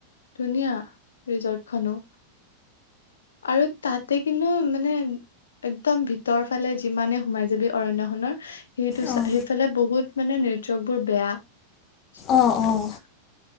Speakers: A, on the left; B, on the left.
A: ধুনীয়া ৰিজৰ্ট খনো। আৰু তাতে কিন্তু মানে একদম ভিতৰ ফালে যিমানে সোমাই যাবি অৰন্যখনৰ, সেইটো
B: অঁ
A: সেইফালে বহুত মানে নেটৱৰ্ক বোৰ বেয়া
B: অঁ অঁ